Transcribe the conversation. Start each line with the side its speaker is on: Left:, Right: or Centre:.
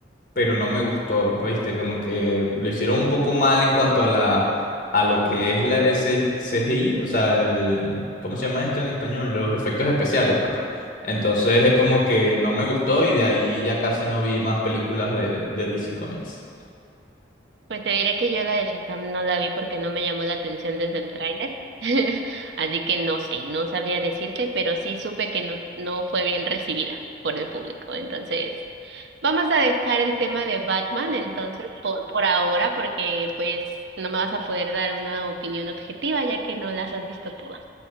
Left: pero no me gustó, ¿viste? Como que lo hicieron un poco mal en cuanto a la a lo que es la, el C- CGI, o sea, el, ¿cómo se llama esto en español? Los efectos especiales, pues. Entonces es como que no me gustó y de ahí ya casi no vi más películas de, de DC Comics.
Right: Pues te diré que yo la de Shazam no la vi porque no me llamó la atención desde el tráiler. <laughs> Así que no sé, no sabría decirte, pero sí supe que no, no fue bien recibida por el público. Entonces, vamos a dejar el tema de Batman entonces por, por ahora, porque pues no me vas a poder dar una opinión objetiva ya que no las has visto todas.